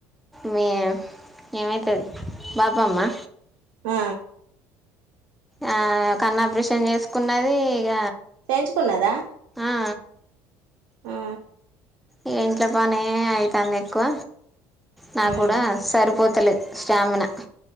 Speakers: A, in the centre; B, on the right.
A: మే ఏమైతాది బాపమ్మ?
B: ఆ
A: ఆ కన్నాపరేషన్ చేసుకున్నది ఇగ
B: చేయించుకున్నదా
A: ఆ
B: ఆ
A: ఈ ఇంట్లో పనే అయితాందెక్కువ, నాక్కూడా
B: ఉమ్
A: సరిపోతలేదు. స్టామిన